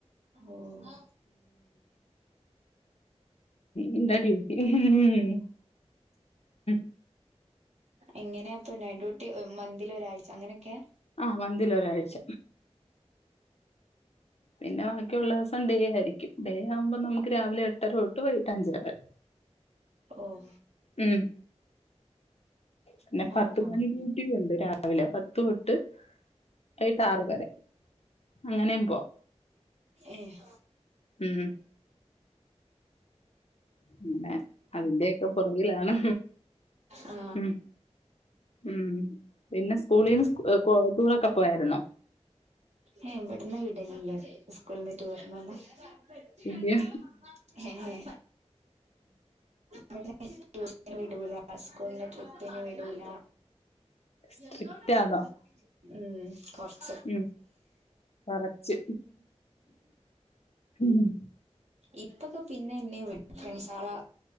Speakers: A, on the right (about 75°); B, on the left (about 65°).
A: ഓഹ്
B: ഇൻ്റെ ഡ്യൂട്ടി ഹ് മ്മ് മ്മ്
A: എങ്ങനെയാ പ്പൊ ഡ്യൂട്ടി മന്തിൽ ഒരാഴ്ച അങ്ങനെയൊക്കെയാ
B: ആഹ് മന്തിലൊരാഴ്ച പിന്നെ ബാക്കിയുള്ള ദിവസം ഡേ ആയിരിക്കും ഡേ ആവുമ്പം നമുക്ക് രാവിലെ എട്ടര തൊട്ട് വൈകിട്ട് അഞ്ചര വരെ
A: ഓഹ്
B: ഉം പിന്നെ
A: ആ
B: പത്തുമണി
A: കണക്ക്
B: ഡ്യൂട്ടിയു ഉണ്ട്. രാ വിലെ. പത്ത് തൊട്ട് വയികിട്ടാറ് വരെ അങ്ങനെയും പോവാ
A: ഏഹ്
B: ഉം അങ്ങനെ അതിന്റെ ഒക്കെ പുറകിലാണ്
A: ആ
B: ഉം ഉം പിന്നെ സ്കൂളീന്ന് സ് കൊ ടൂറൊക്കെ പോയായിര്ന്നോ?
A: ഏഹ് ഇവട്ന്ന് വിടലില്ലോലെ സ്കൂൾന്ന് ടൂറിനൊന്നും
B: ഇല്ല
A: രണ്ടാള് <unintelligible> ഏഏഏ ഇവിടെ ടൂഷന് വിടുല സ്കൂളിന് ട്രിപ്പിന് വിടുല
B: സ്ട്രിക്റ്റ്
A: എന്തോന്നാടാ
B: ആണോ
A: ഉം കൊറച്ച <inaudible>
B: ഉം കുറച്ച് ഉം
A: ഇപ്പൊക്കെ പിന്നെ എന്നെ വീടു ഫ്രണ്ട്സാളെ